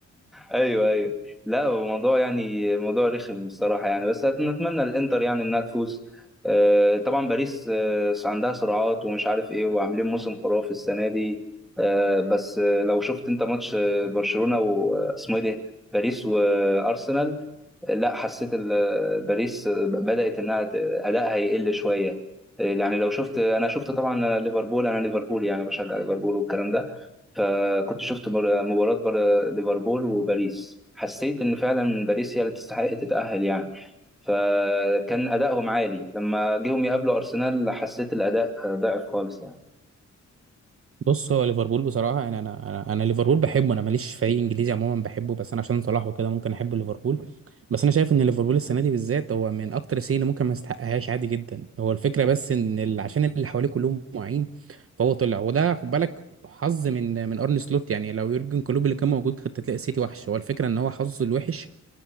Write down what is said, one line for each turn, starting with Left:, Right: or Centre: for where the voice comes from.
Centre: ايوه ايوه لا هو موضوع يعني موضوع رخم الصراحه يعني بس هت- نتمنى الانتر يعني انها تفوز آه، طبعا باريس آه، عندها سرعات ومش عارف ايه وعاملين موسم خرافي السنه دي آه، بس آه، لو شفت انت ماتش آه، برشلونه واسمه ايه ده باريس وارسنال لا حسيت ال- باريس بدأت انها ت- ادائها يقل شويه يعني لو شفت انا شفت طبعا انا ليفربول انا ليفربول يعني بشجع ليفربول والكلام ده فكنت شفت مر- مباراه بر- ليفربول وباريس حسيت ان فعلا باريس هي اللي تستحق تتأهل يعني فكان ادائهم عالي لما جيهم يقابلوا ارسنال حسيت الاداء ضعف خالص يعني
Right: بص هو ليفربول بصراحه يعني انا انا انا ليفربول بحبه انا ماليش فريق انجليزي عموما بحبه بس انا عشان صلاح وكده ممكن احب ليفربول بس انا شايف ان ليفربول السنه دي بالذات هو من اكتر السنين اللي ممكن ما يستحقهاش عادي جدا هو الفكره بس ان ال- عشان اللي حواليه كلهم معين فهو طلع وده خد بالك حظ من من ارن سلوت يعني لو يورجن كلوب اللي كان موجود كنت هتلاقي السيتي وحش هو الفكره ان هو حظه الوحش